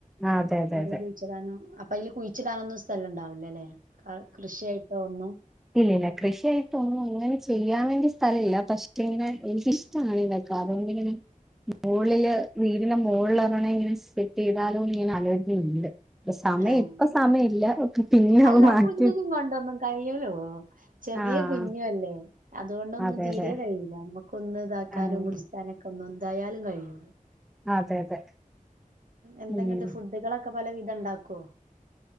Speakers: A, in the centre; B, on the right.
A: ആഹ് അതെ അതെ
B: <unintelligible>
A: അതെ
B: കുഴിച്ചിട്ടാനും അപ്പൊ അയില് കുഴിച്ചിടാനൊന്നും സ്ഥലം ഇണ്ടാവില്ലല്ലെ? കൃഷിയായിട്ട് ഒന്നും
A: ഇല്ലയില്ല കൃഷിയായിട്ട് ഒന്നും ഇങ്ങനെ ചെയ്യാൻ വേണ്ടി സ്ഥലയില്ല പക്ഷെ ഇക്കിങ്ങനെ എനിക്കിഷ്ട്ടാണ് ഇതൊക്കെ അതുകൊണ്ടിങ്ങനെ ഉം മുകളില് വീടിന്റെ മോളിലങ്ങനെ സെറ്റ് ചെയ്താലോ എന്നിങ്ങനെ അലോജനയുണ്ട് ഇപ്പ സമയം
B: ഏഹ്
A: ഇപ്പ സമയില്ല പിന്നെ
B: അല്ല
A: <unintelligible>
B: കുഞ്ഞിനും കൊണ്ടൊന്നും കയിയൂലോ ചെറിയ
A: ആഹ്
B: കുഞ്ഞുവല്ലേ അത് കൊണ്ടൊന്നും
A: അതെ
B: തീരെ
A: അതെ
B: കഴിയില്ല അമ്മക്ക് ഒന്ന് ഇതാക്കാനും
A: ആഹ്
B: പിടിച്ചാനൊക്കെ ഒന്ന് എന്തായാലും കഴിയൂല്ല
A: അതെ അതെ
B: എന്ത
A: ഉം
B: ഇങ്ങട്ട് ഫുഡുകളൊക്കെ പലവിധം ഇണ്ടാക്കുവോ?